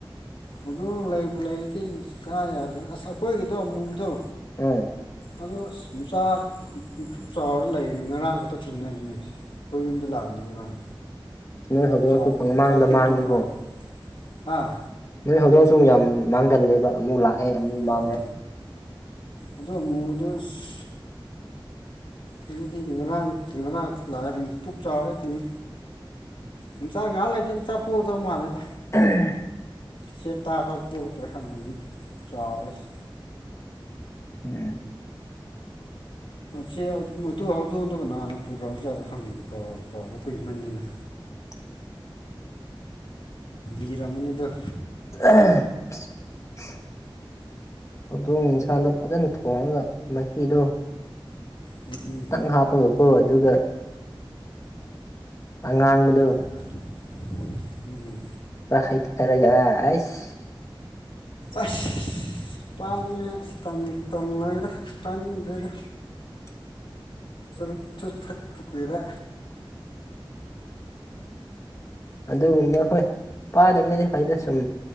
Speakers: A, on the left (about 70°); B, on the left (about 35°).
A: ꯍꯧꯗꯣꯡ ꯂꯩꯕꯨ ꯂꯩꯔꯗꯤ ꯆꯥ ꯌꯥꯗꯦ ꯑꯁ ꯑꯩꯈꯣꯏꯒꯤꯗꯣ ꯑꯃꯨꯕꯗꯣ
B: ꯑ
A: ꯑꯗꯣ ꯑꯁ ꯃꯆꯥꯛ ꯄꯨꯛ ꯆꯥꯎꯔ ꯂꯩꯔꯤ ꯉꯔꯥꯡ ꯈꯛꯇ ꯊꯦꯡꯅꯩꯌꯦꯑꯁ ꯑꯩꯈꯣꯏ ꯌꯨꯝꯗ ꯂꯥꯛꯏꯅꯤ ꯉꯔꯥꯡ
B: ꯅꯣꯏ
A: ꯄꯨꯛ
B: ꯍꯧꯗꯣꯡꯁꯨ
A: ꯆꯥꯎꯔꯦ
B: ꯄꯪꯃꯥꯡꯗ
A: ꯃꯆꯥ ꯄꯣꯛꯇꯧ
B: ꯃꯥꯡꯉꯤꯀꯣ
A: ꯃꯥꯜꯂꯦ ꯍꯥꯥ
B: ꯅꯣꯏ ꯍꯧꯗꯣꯡꯁꯨ ꯌꯥꯝ ꯃꯥꯡꯒꯜꯂꯦꯕ ꯑꯃꯨ ꯂꯥꯛꯑꯦ ꯑꯃꯨꯛ
A: ꯎꯝ
B: ꯃꯥꯡꯉꯦ
A: ꯑꯗꯨ ꯑꯃꯨꯗꯁ ꯑꯗꯨꯗꯤ ꯉꯔꯥꯡ ꯉꯔꯥꯡ ꯂꯥꯛꯑ ꯄꯨꯛ ꯆꯥꯎꯔꯦ ꯊꯤꯡꯏ ꯃꯆꯥ ꯉꯍꯥꯛ ꯂꯩꯔꯗꯤ ꯃꯆꯥ ꯄꯣꯛꯑꯗꯧ ꯃꯥꯜꯂꯦꯗ
B: <unintelligible>
A: ꯁꯦꯞ ꯇꯥꯛꯑꯐꯥꯎ ꯄꯣꯒꯗ꯭ꯔꯥ ꯍꯪꯉꯗꯤ ꯆꯥꯎꯔꯁꯤ
B: <unintelligible>
A: ꯁꯤ ꯑ ꯑꯗꯨ ꯍꯧꯗꯣꯛꯗꯨ ꯀꯅꯥꯅ ꯄꯨꯒ꯭ꯔꯕꯖꯥꯠꯂ ꯈꯪꯗꯦ ꯀꯥꯎꯕꯨ ꯀꯥꯎꯔꯦ ꯀꯨꯏꯃꯟꯗꯅ
B: <inaudible>
A: ꯂꯤꯔꯝꯃꯅꯤꯗ
B: <unintelligible> ꯍꯧꯗꯣꯡ ꯏꯟꯁꯥꯡꯗꯣ ꯐꯖꯅ ꯊꯣꯡꯉꯒ ꯃꯍꯤꯗꯣ
A: ꯎꯝ
B: ꯈꯤꯇꯪ ꯍꯥꯞꯄꯒꯀꯣ ꯑꯗꯨꯒ ꯑꯉꯥꯡꯕꯗꯨ
A: <unintelligible> ꯎꯝ
B: ꯈꯔ ꯍꯩꯊꯔꯒ ꯑ ꯑꯩꯁ
A: ꯑꯁ ꯄꯥꯏꯌꯦ ꯑꯁ ꯇꯝꯕꯨ ꯇꯟꯂꯦꯗ ꯄꯥꯅꯤꯡꯗ꯭ꯔꯦꯗ
B: <inaudible>
A: ꯆꯨꯔꯨꯞꯇꯨ ꯊꯛꯄ ꯀꯨꯏꯔꯦ
B: ꯑꯗꯨꯒꯨꯝꯕ ꯍꯣꯏ ꯄꯥꯏꯗꯕꯅꯗꯤ ꯐꯩꯗ ꯁꯨꯝ